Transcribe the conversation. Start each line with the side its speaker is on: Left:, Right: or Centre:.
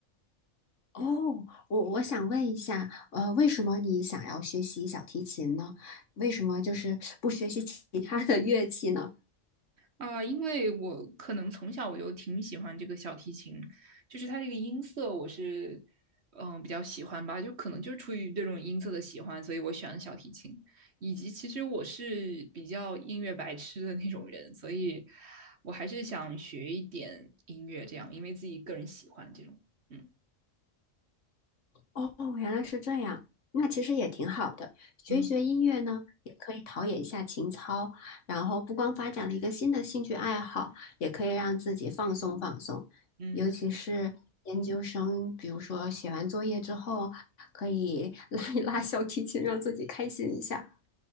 Left: 哦，我我想问一下，呃，为什么你想要学习小提琴呢？为什么就是不学习其 <laughs> 他的乐器呢？
Right: 啊，因为我可能从小我就挺喜欢这个小提琴，就是它这个音色我是嗯呃比较喜欢吧，就可能就是出于对这种音色的喜欢，所以我选了小提琴。以及其实我是比较音乐白痴的那种人，所以我还是想学一点音乐，这样因为自己个人喜欢这种。嗯
Left: 哦，原来是这样，那其实也挺好的，学一学音乐呢，
Right: 嗯嗯。
Left: 也可以陶冶一下情操，然后不光发展了一个新的兴趣爱好，也可以让自己放松放松，
Right: 嗯。
Left: 尤其是研究生，比如说写完作业之后，可以 <laughs> 拉一拉小提琴，让自己开心一下。